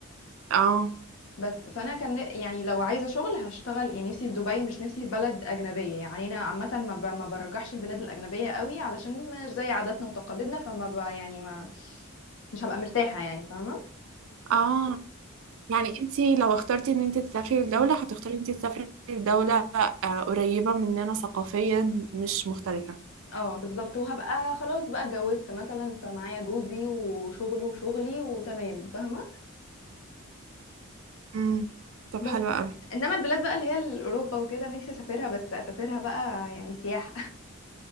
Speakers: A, on the right (about 70°); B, on the left (about 65°).
A: اه
B: بس فانا كان ن- يعني لو عايزه شغل هشتغل يعني نفسي في دبي مش نفسي في بلد اجنبيه يعني انا عامه ما, ب... ما برجحش البلاد الاجنبيه قوي علشان مش زي عاداتنا وتقاليدنا فما ب... يعني ما مش هبقى مرتاحه يعني فاهمه
A: اه يعني انت لو اخترتي ان انت تسافري لدولة هتختاري ان انت تسافري لدولة آه، قريبة مننا ثقافيا مش مختلفة
B: اه بالظبط وهبقى خلاص بقى اتجوزت مثلا فمعايا جوزي وشغله وشغلي وتمام فاهمه
A: امم طب
B: بس
A: حلوة قوي
B: انما البلاد بقى اللي هي اوروبا وكده نفسي اسافرها بس اسافرها بقى يعني سياحه